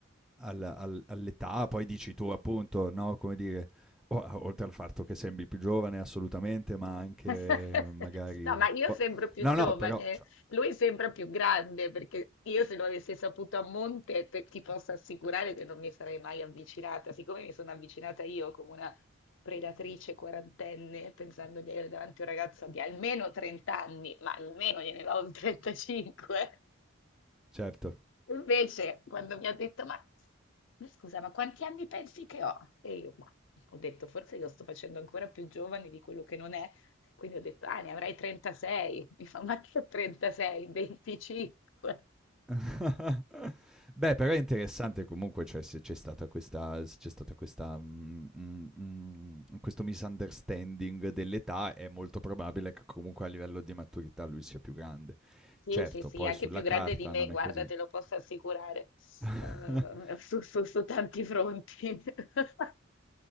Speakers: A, in the centre; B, on the left.
A: al al all'età, poi dici tu appunto, no, come dire, o a oltre al fatto che sembri più giovane assolutamente, ma anche
B: <laughs>
A: eh, magari
B: No, ma io
A: boh,
B: sembro più
A: no,
B: giovane,
A: no, però cioè
B: lui sembra più grande, perché io se lo avessi saputo a monte, te- ti posso assicurare che non mi sarei mai avvicinata, siccome mi sono avvicinata io come una predatrice quarantenne, pensando di avere davanti un ragazzo di almeno 30 anni, ma almeno gliene do un 35.
A: certo.
B: Invece, quando mi ha detto, ma ma scusa, ma quanti anni pensi che ho? E io, ma ho detto, forse lo sto facendo ancora più giovane di quello che non è, quindi ho detto: "Ah, ne avrai 36". <laughs> Mi fa: "Ma che 36? 25".
A: <laughs> Beh, però è interessante comunque, cioè se c'è stata questa se c'è stata questa mhmm, mhmm, mhmm, questo misunderstanding dell'età, è molto probabile che comunque a livello di maturità lui sia più grande.
B: Sì,
A: Certo,
B: sì, sì,
A: poi
B: anche
A: sulla
B: più grande
A: carta
B: di me,
A: non
B: guarda,
A: è così.
B: te lo posso assicurare.
A: <laughs>
B: Uhm, su su su tanti fronti. <laughs>